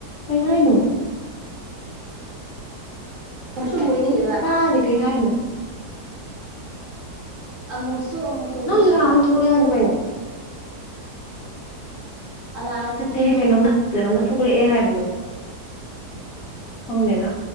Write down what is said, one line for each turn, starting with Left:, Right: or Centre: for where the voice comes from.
Left: ꯀꯩ ꯍꯥꯏꯥꯏꯅꯣ
Right: ꯃꯁꯝ ꯑꯣꯏꯣꯏꯅꯤꯡꯕ
Left: ꯑꯗ ꯀꯩ ꯍꯥꯏꯅꯣ
Right: ꯑꯃꯨꯛꯁꯨ ꯑꯃꯨꯛ
Left: ꯅꯪ
Right: ꯀꯒꯦ
Left: ꯍꯧꯖꯤꯛ
Right: ꯍꯥꯏꯕ
Left: ꯀꯅꯥꯅꯣꯝ ꯊꯣꯛꯂꯛꯑꯦ ꯍꯥꯏꯗꯣ ꯀꯩꯅꯣ
Right: ꯑꯅꯥꯁꯤꯀꯤꯗꯣ
Left: ꯅꯠꯇꯦꯍꯦꯛ ꯀꯩꯅꯣꯝꯃ ꯀꯩꯅꯣꯝꯃ ꯊꯣꯛꯂꯛꯑꯦ ꯍꯥꯏꯕꯗꯣ ꯈꯪꯗꯦꯅ